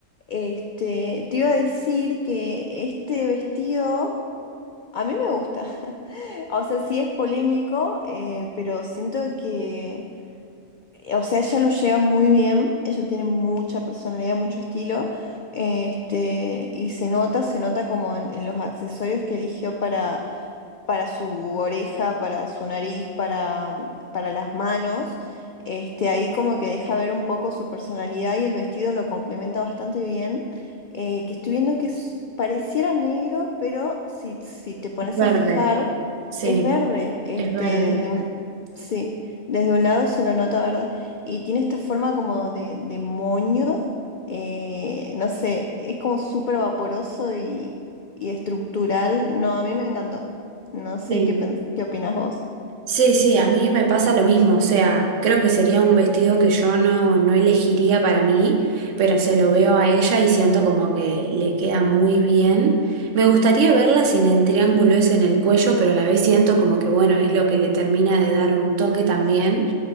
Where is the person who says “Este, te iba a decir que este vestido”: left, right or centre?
Left